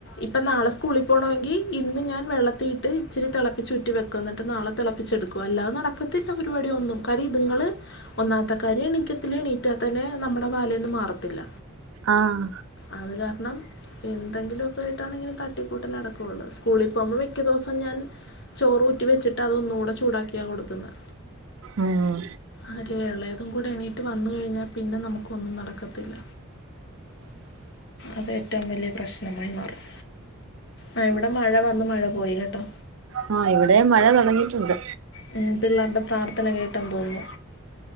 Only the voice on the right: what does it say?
ആഹ്.
ഉം.
ആ ഇവിടെ മഴ തുടങ്ങിയിട്ടുണ്ട്